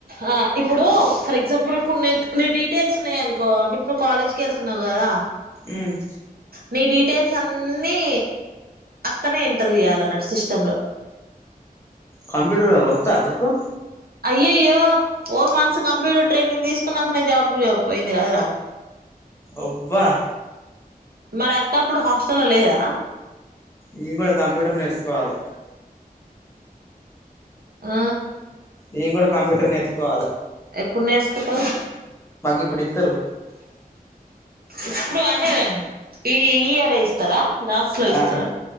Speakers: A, on the right (about 80°); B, on the left (about 15°).
A: ఆ ఇప్పుడూ ఫర్ ఎగ్జాంపుల్ ఇప్పుడ్ నీ నీ డీటెయిల్స్ ఉన్నాయనుకో ఇప్పుడ్ నువ్ కాలేజ్ కెళ్తున్నావ్ గదా
B: ఉమ్
A: నీ డీటెయిల్స్ అన్నీ అక్కనే ఎంటర్ జేయాల అన్నట్టు సిస్టమ్ లో
B: కంప్యూటరూ వొత్తా అక్క కూ
A: అయ్యయ్యో ఫోర్ మంత్స్ కంప్యూటర్ ట్రైనింగ్ దీస్కున్నాకనే జాబ్ కు పోయింది గదరా
B: ఒబ్బా
A: మరక్క అప్పుడు హాస్టల్లొ లేదా
B: ఇయ్ గుడ కంప్యూటర్ నేర్సుకోవాలే
A: ఆ
B: నేం గుడ కంప్యూటర్ నేర్స్కోవాలె
A: ఎప్పుడ్ నేర్స్కుంటవ్
B: మాకిప్పుడ్ ఇద్దరూ
A: ఇప్పుడు అంటే ఈ ఇయరే ఇస్తరా లాస్ట్లో
B: ఆ
A: ఇస్తరా